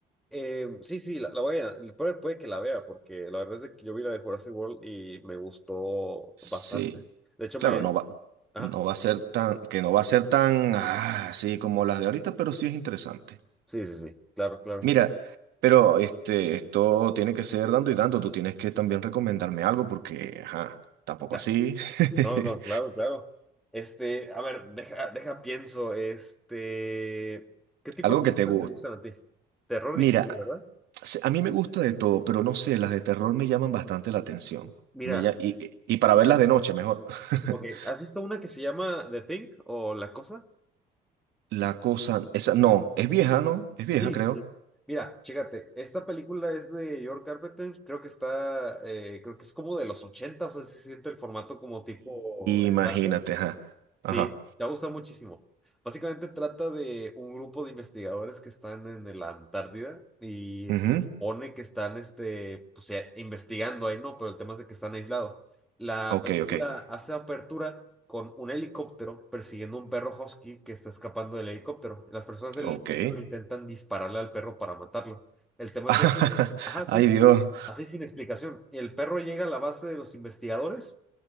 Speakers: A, in the centre; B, on the right.
A: Eh, sí, sí, la, la voy a, puede, puede que la vea, porque la verdad es de que yo vi la de Jurassic World y me gustó
B: Sí.
A: bastante. De hecho,
B: Claro,
A: me...
B: no va,
A: Ajá,
B: no va a ser tan, que no va a ser tan ah, así como las de ahorita, pero sí es interesante.
A: sí, sí, sí, claro, claro.
B: Mira, pero este, esto tiene que ser dando y dando. Tú tienes que también recomendarme algo porque, ajá, tampoco
A: Ya.
B: así. <laughs>
A: No, no, claro, claro. Este, a ver, deja, deja, pienso, este, ¿qué tipo
B: Algo
A: de películas
B: que te guste.
A: te gustan a ti? Terror
B: Mira.
A: dijiste, ¿verdad?
B: se- A mí me gusta de todo, pero no sé, las de terror me llaman bastante la atención.
A: Mira,
B: Me lla- y, y para verlas de noche, mejor. <laughs>
A: ok, ¿has visto una que se llama The Thing o La Cosa?
B: La cosa, esa, no, es vieja, ¿no? Es vieja,
A: Sí,
B: creo.
A: sí, sí. Mira, chécate, esta película es de George Carpenter, creo que está, eh, creo que es como de los 80, o sea, se siente el formato como tipo
B: Imagínate,
A: slasher.
B: ajá.
A: Sí,
B: Ajá.
A: te va a gustar muchísimo. Básicamente trata de un grupo de investigadores que están en la Antártida y
B: ujú,
A: se supone que están este, pues, eh, investigando ahí, ¿no? Pero el tema es de que están aislados. La
B: Ok,
A: película
B: ok.
A: hace apertura con un helicóptero persiguiendo un perro husky que está escapando del helicóptero. Las personas del
B: Ok.
A: helicóptero intentan dispararle al perro para matarlo. El tema
B: <laughs>
A: es de que, ajá, sí,
B: Ay, Dios.
A: así sin explicación. El perro llega a la base de los investigadores